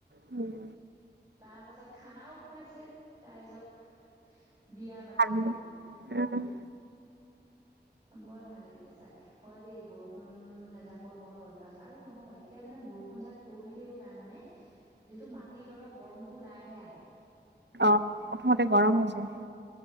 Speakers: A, on the right; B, on the right.
A: হম।
B: তাৰ পাছত খানাও খুৱাইছে ৰাইজক, বিয়া পাতি।
A: খালি <inaudible>
B: বৰ ভাল লাগিলে চায় হয়, দেই বৰষুণ এজাকৰ‌ বৰ দৰকাৰ আছে, আৰু নহয় এতিয়া মানে বৰষুণজাক পৰিলেও তাৰ মানে যিটো মাটিৰ তলৰ গৰমটো ওলাইহে আহে।
A: অ', প্ৰথমতে গৰম হৈ যায়।